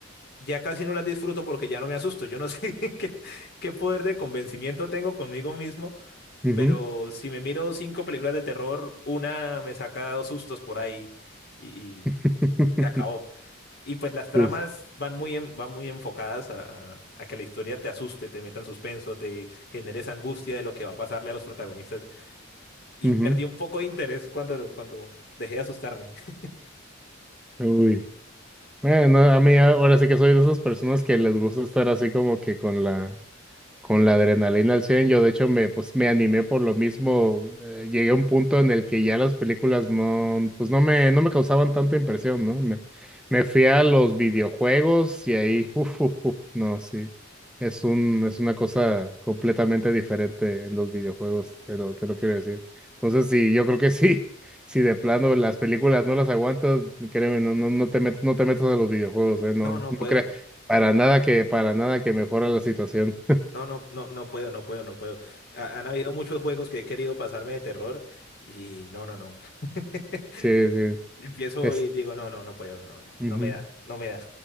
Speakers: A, on the left; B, in the centre.
A: ya casi no las disfruto porque ya no me asusto. Yo no sé <laughs> qué, qué poder de convencimiento tengo conmigo mismo
B: ujú.
A: Pero si me miro cinco películas de terror, una me saca dos sustos por ahí y, y
B: <laughs>
A: se acabó. Y pues las tramas
B: Sí,
A: van muy, en- van muy enfocadas a, a- a que la historia te asuste, te meta en suspenso, te genere esa angustia de lo que va a pasarle a los protagonistas. Y
B: Ujú.
A: perdí un poco de interés cuando, cuando dejé de asustarme. <laughs>
B: Uy. Bueno, a mí ahora sí que soy de esas personas que les gusta estar así como que con la, con la adrenalina al cien, yo de hecho me, pues, me animé por lo mismo. eh, llegué a un punto en el que ya las películas no, pues no me, no me causaban tanta impresión, ¿no? Me, me fui a los videojuegos y ahí, <laughs> uf, uf, uf, no, sí. Es un, es una cosa completamente diferente en los videojuegos, te lo, te lo quiero decir. Entonces, sí, yo creo que sí, <laughs> si de plano las películas no las aguantas, créeme, no, no, no te metes, no te metas a los videojuegos, ¿eh? No,
A: No, no
B: no
A: puedo.
B: creas, para nada que, para nada que mejora la situación.
A: No, no, no, no puedo, no puedo, no puedo. Ha- han habido muchos juegos que he querido pasarme de terror y no, no, no. <laughs>
B: Sí, sí,
A: empiezo
B: es.
A: y digo, no, no, no puedo, no, no,
B: ujú.
A: no me da, no me da.